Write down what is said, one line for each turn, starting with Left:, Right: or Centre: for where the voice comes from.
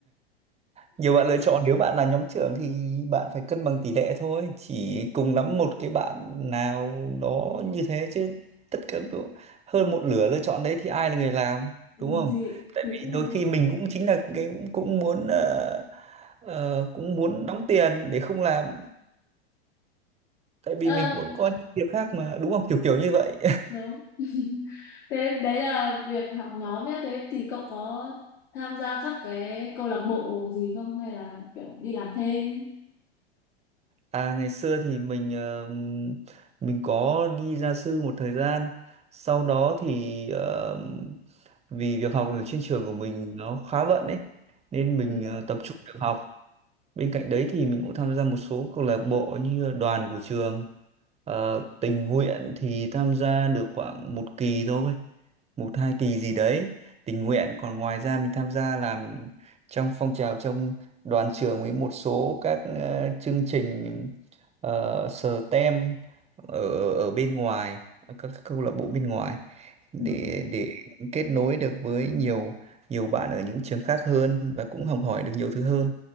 Right: nhiều bạn lựa chọn nếu bạn là nhóm trưởng thì bạn phải cân bằng tỷ lệ thôi chỉ cùng lắm một cái bạn nào đó như thế chứ tất cả đu- hơn một nửa lựa chọn đấy thì ai là người làm
Left: thì
Right: đúng không tại
Left: thì
Right: vì
Left: cũng
Right: đôi
Left: đúng
Right: khi mình cũng chính là cái cũng, cũng muốn ờ, ờ, cũng muốn đóng tiền để không làm tại vì
Left: Ờ,
Right: mình cũng có những việc khác mà đúng không kiểu kiểu như vậy
Left: đúng thế đấy là việc học nhóm nhé thế thì cậu có tham gia các cái câu lạc bộ gì không hay là kiểu đi làm thêm
Right: À ngày xưa thì mình ờ, mình có đi gia sư một thời gian. Sau đó thì ờ, vì việc học ở trên trường của mình nó khá bận ấy nên mình
Left: Ừ.
Right: ờ, tập trung việc học Bên cạnh đấy thì mình cũng tham gia một số câu lạc bộ như là đoàn của trường. Ờ, tình nguyện thì tham gia được khoảng một kỳ thôi, một hai kỳ gì đấy. Tình nguyện còn ngoài ra mình tham gia làm trong phong trào trong đoàn trường với một số các ờ, chương trình uh, STEM ở ở bên ngoài, ở các câu lạc bộ bên ngoài để
Left: Ừ.
Right: để kết nối được với nhiều nhiều bạn ở những trường khác hơn và cũng học hỏi được nhiều thứ hơn